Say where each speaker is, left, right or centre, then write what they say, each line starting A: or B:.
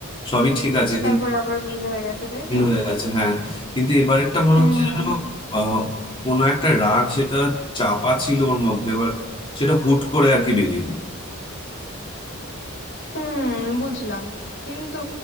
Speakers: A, on the left (about 25°); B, on the left (about 60°).
A: সবই ঠিক আছে
B: তারপর
A: কিন্তু
B: আবার মিল হয়ে গেছে তাই
A: ভুল
B: তো
A: হয়ে গেছে হ্যাঁ কিন্তু এবার একটা মনে
B: হুম
A: হচ্ছে যেন আহ, কোনো একটা রাগ সেটা চাপা ছিল ওর মধ্যে এবার সেটা হুট করে আর কি বেরিয়ে এলো
B: হুম বুঝলাম কিন্তু